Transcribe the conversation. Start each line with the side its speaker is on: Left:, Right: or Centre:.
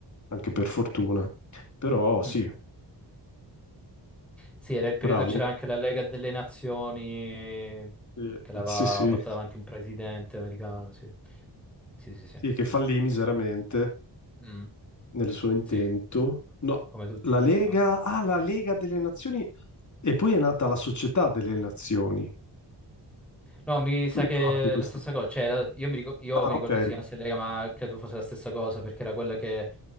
Left: anche per fortuna. Però sì,
Centre: Mhm. Sì, era
Left: Sì,
Centre: il
Left: Bravo.
Centre: periodo, c'era anche la Lega delle Nazioni
Left: Eh,
Centre: che l'aveva
Left: Sì, sì,
Centre: portata avanti un presidente americano, sì. Sì, sì, sì.
Left: sì, che fallì miseramente
Centre: Mm,
Left: nel suo intento.
Centre: sì, com-
Left: No,
Centre: come tutti
Left: la
Centre: sappiamo.
Left: Lega, ah, la Lega delle Nazioni e poi è nata la Società delle Nazioni.
Centre: No, mi
Left: Tu
Centre: sa
Left: ricordi
Centre: che
Left: questo?
Centre: è la stessa cosa. Cioè, la- io, mi ricor- io
Left: Ah,
Centre: mi
Left: ok,
Centre: ricordo che si chiamasse Lega, ma credo fosse la stessa cosa, perché era quella che